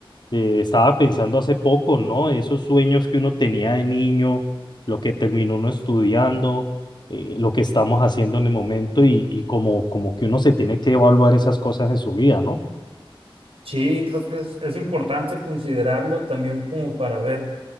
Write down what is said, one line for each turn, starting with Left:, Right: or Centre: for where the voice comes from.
Left: Eh, estaba pensando hace poco, ¿no? Esos sueños que uno tenía de niño, lo que terminó uno estudiando, eh, lo que estamos haciendo en el momento y, y como, como que uno se tiene que evaluar esas cosas en su vida, ¿no?
Right: Sí, creo que es, es importante considerarlo también como para ver